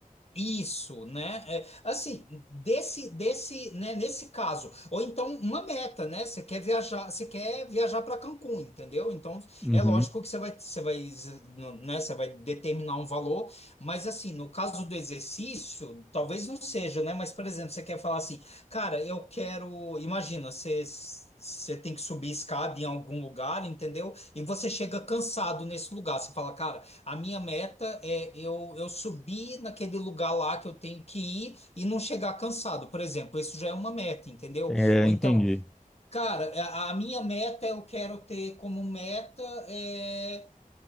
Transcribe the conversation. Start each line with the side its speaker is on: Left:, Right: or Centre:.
Left: isso, né? É, assim, desse, desse, né, nesse caso, ou então uma meta, né? Você quer viajar, você quer viajar para Cancún, entendeu? Então,
Centre: Uhum.
Left: é lógico que você vai, você vai, né? Você vai determinar um valor, mas assim, no caso do exercício, talvez não seja, né? Mas, por exemplo, você quer falar assim, cara, eu quero, imagina, você Você tem que subir escada em algum lugar, entendeu? E você chega cansado nesse lugar. Você fala, cara, a minha meta é eu, eu subir naquele lugar lá que eu tenho que ir e não chegar cansado, por exemplo. Isso já é uma meta, entendeu?
Centre: É,
Left: Ou
Centre: entendi.
Left: então, cara, a, a minha meta eu quero ter como meta é